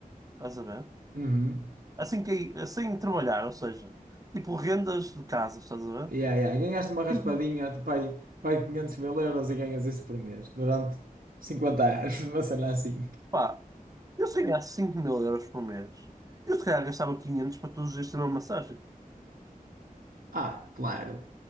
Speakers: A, on the right; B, on the right.
A: estás a ver?
B: Uhum.
A: Assim que, assim trabalhar, ou seja, tipo rendas de casa, estás a ver?
B: Yeah, yeah. Ganhaste uma raspadinha
A: Tipo,
B: de pai, pai 500 mil euros e ganhas isso por mês durante 50 anos, <laughs> uma cena assim.
A: pá, eu se ganhasse cinco mil euros por mês, eu se calhar gastava 500 para todos os dias ter uma massagem.
B: Ah, claro,